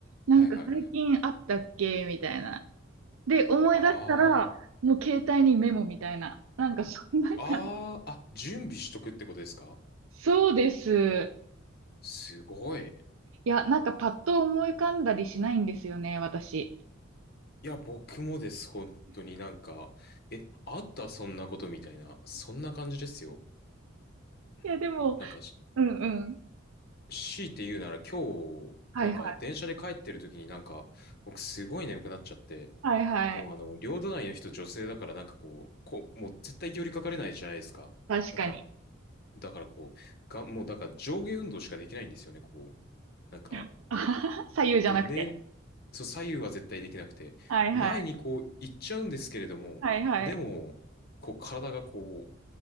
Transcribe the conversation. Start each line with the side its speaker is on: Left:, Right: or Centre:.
Right: なんか最近あったっけみたいな。
Left: はいはいはい。
Right: で、思い出したら、
Left: あ
Right: もう携帯にメモみたいな。なんかそんな感じ。
Left: あ、ああ、あ、準備しとくってことですか
Right: そうです。
Left: すごい。
Right: いや、なんかパッと思い浮かんだりしないんですよね、私。
Left: いや、僕もです、本当になんか、え、あったそんなことみたいな、そんな感じですよ。うん。
Right: いや、でも、
Left: なんか、し
Right: うんうん。
Left: 強いて言うなら今日、
Right: はいはい。
Left: なんか電車で帰ってる時になんか、僕すごい眠くなっちゃって、
Right: はいはい。
Left: でもあの、両隣の人女性だからなんかこう、こう、もう絶対寄りかかれないじゃないですか。
Right: 確かに。
Left: なんか、だからこう、が、もうだから上下運動しかできないんですよね、こう。なんか、
Right: <laughs> あはは左右じゃなくて。
Left: こう寝、そう、左右は絶対できなくて、
Right: はいはい。
Left: 前にこう行っちゃうんですけれども、
Right: はいはい。
Left: でも、こう体がこ